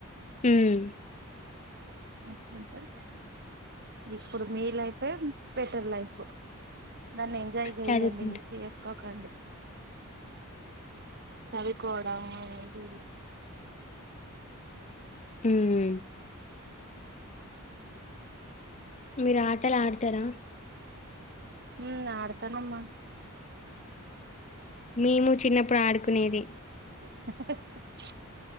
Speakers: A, on the left; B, on the right.
A: మ్మ్.
B: ఎట్లా ఉంటారు? ఇప్పుడు మీ లైఫ్ బెటర్ లైఫ్. దాన్ని ఎంజాయ్ చెయ్యండి,
A: చదువుకుంట
B: మిస్ చేసుకోకండి. చదువుకోవడం, అది ఏది?
A: మ్మ్. మీరు, ఆటలు ఆడతారా?
B: మ్, ఆడతానమ్మా!
A: మేము, చిన్నప్పుడు ఆడుకునేది.
B: ఏయ్, హే హే...